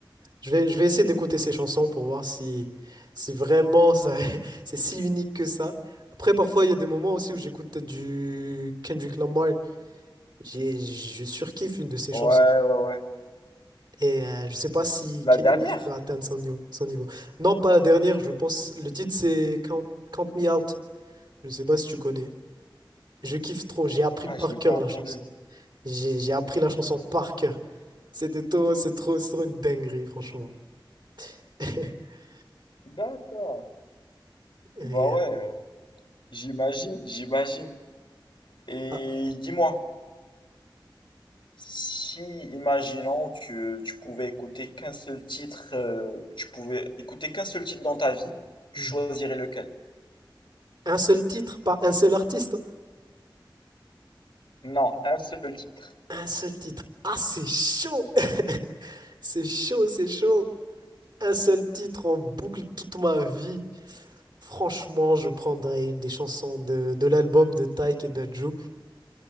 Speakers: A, on the right; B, on the left.
A: Je vais, je vais essayer d'écouter ces chansons pour voir si, si vraiment ça- <laughs> c'est si unique que ça. Après, parfois, il y a des moments aussi où j'écoute du Kendrick Lamar. J'ai, je surkiffe une de ses
B: Ouais,
A: chansons.
B: ouais, ouais.
A: Et euh, je sais pas si
B: La
A: Kanye
B: dernière?
A: West va atteindre son niveau, son niveau. Non, pas la dernière, je pense. Le titre, c'est Count, Count Me Out. Je sais pas si tu connais. Je kiffe trop. J'ai appris
B: Ah,
A: par
B: je l'ai pas
A: cœur
B: entendue.
A: la chanson. J'ai, j'ai appris la chanson par cœur. C'était trop, c'est trop, c'est trop une dinguerie, franchement. <laughs>
B: D'accord.
A: Et,
B: Bah ouais,
A: euh,
B: euh, j'imagine, j'imagine. Et
A: ah.
B: dis-moi. Si, imaginons, tu, tu pouvais écouter qu'un seul titre, euh, tu pouvais écouter qu'un seul titre dans ta vie, tu
A: Mhm.
B: choisirais lequel?
A: Un seul titre, pas un seul artiste.
B: Non, un seul titre.
A: Un seul titre. Ah, c'est chaud! <laughs> C'est chaud, c'est chaud. Un seul titre en boucle toute ma vie. Franchement, je prendrais une des chansons de, de l'album de Tyke et d'Adju.